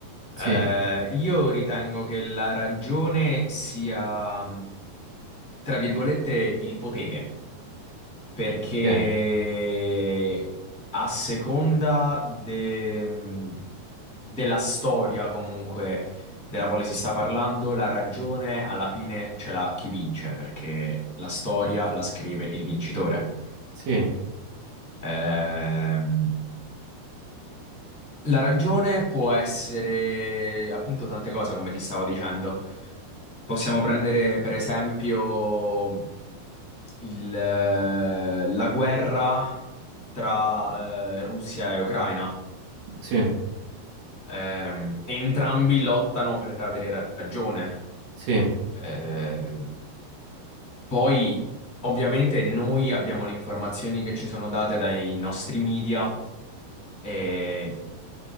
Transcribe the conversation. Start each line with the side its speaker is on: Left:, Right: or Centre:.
Centre: Eh,
Right: Sì,
Centre: io ritengo che la ragione sia, tra virgolette, il potere perché
Right: ok,
Centre: a seconda de- mhmm, della storia comunque della quale si sta parlando, la ragione alla fine ce l'ha chi vince, perché la storia la scrive il vincitore.
Right: sì,
Centre: Ehm, la ragione può essere appunto tante cose, come ti stavo dicendo. Possiamo prendere per esempio il, eh, la guerra tra eh, Russia e Ucraina.
Right: sì,
Centre: Ehm, entrambi lottano per avere ragione.
Right: sì,
Centre: Ehm, poi, ovviamente, noi abbiamo le informazioni che ci sono date dai nostri media. E